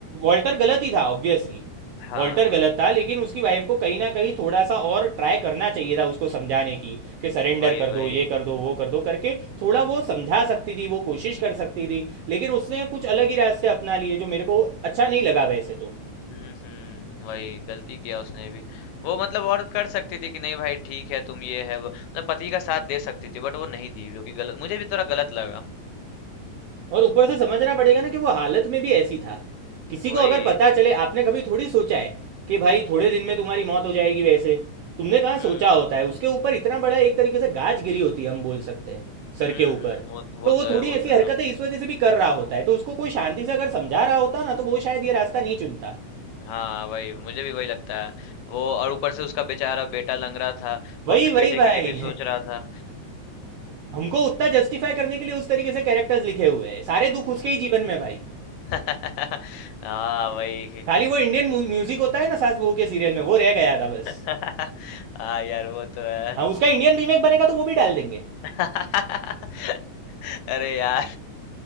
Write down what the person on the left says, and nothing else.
हाँ
हाँ
वही
वही
हम्म हम्म वही गलती किया उसने भी वो मतलब और कर सकती थी कि नहीं भाई ठीक है तुम ये है वो मतलब पति का साथ दे सकती थी बट वो नहीं दी जो कि गलत मुझे भी थोड़ा गलत लगा
वही
हम्म
हुँ,
हुँ, वो वो
तो है
वो
तो है।
हाँ, वही मुझे भी वही लगता है। वो और ऊपर से उसका बेचारा बेटा लंग रहा था,
वो अपने
बेटे
के लिए भी सोच रहा था।
<laughs> हाँ, वही।
<laughs> हाँ यार, वो तो है।
<laughs> अरे यार,